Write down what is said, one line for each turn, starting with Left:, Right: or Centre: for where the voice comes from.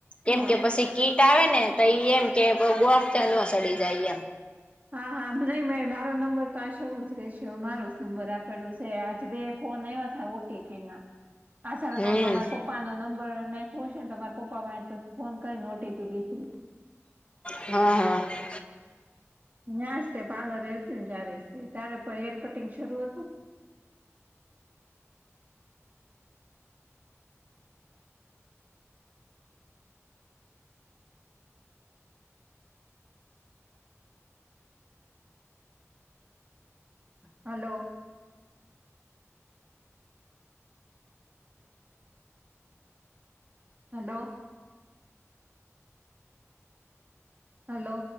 Left: કેમ
Right: હા.
Left: કે પછી કીટ આવે ને તો ઈ એમ કે ગોથે સડી જાય એમ
Right: હા હા નહીં મે મારો નંબર તો આ શરૂ જ રહે છેવે મારો જ નંબર આપેલું છે આજ બે ફોન આવવા થાય ઓટીપી ના આધાર
Left: હમ
Right: કાર્ડમાં મારા પપ્પા પપ્પાનો નંબર નાખો હશે ને તો મારા પાસેથી પછી ફોન કરીને ઓટીપી લીધી.
Left: હ હ
Right: ન્યજ જ તે પાર્લરે ને જ્યારે ત્યારે પણ હેર કટિંગ શરૂું હતું. Hello hello hello